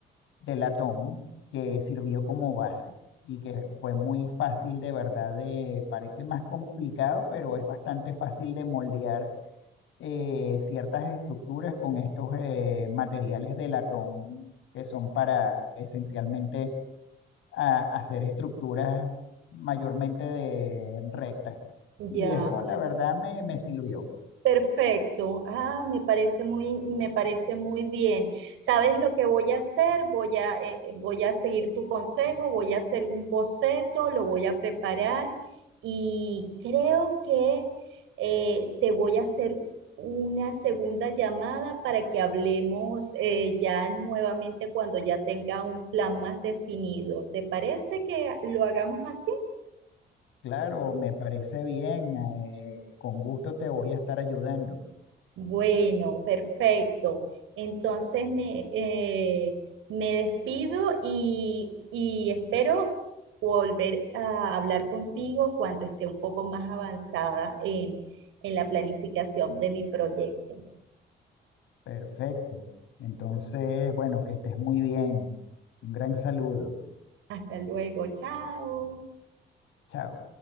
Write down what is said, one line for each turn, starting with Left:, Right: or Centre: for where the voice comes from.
Left: de latón que sirvió como base y que fue muy fácil de verdad de, parece más complicado, pero es bastante fácil de moldear eh, ciertas estructuras con estos eh, materiales de latón que son para esencialmente a- hacer estructuras mayormente de rectas. Y
Right: Ya,
Left: eso la verdad me, me sirvió.
Right: Perfecto. Ah, me parece muy, me parece muy bien. ¿Sabes lo que voy a hacer? Voy a, eh, voy a seguir tu consejo, voy a hacer un boceto, lo voy a preparar y creo que eh, te voy a hacer una segunda llamada para que hablemos eh, ya nuevamente cuando ya tenga un plan más definido. ¿Te parece que lo hagamos así?
Left: Claro, me parece bien, eh, con gusto te voy a estar ayudando.
Right: Bueno, perfecto. Entonces me, eh, me despido y, y espero volver a hablar contigo cuando esté un poco más avanzada en, en la planificación de mi proyecto.
Left: Perfecto. Entonces, bueno, que estés muy bien. Un gran saludo.
Right: Hasta luego, chao.
Left: Chao.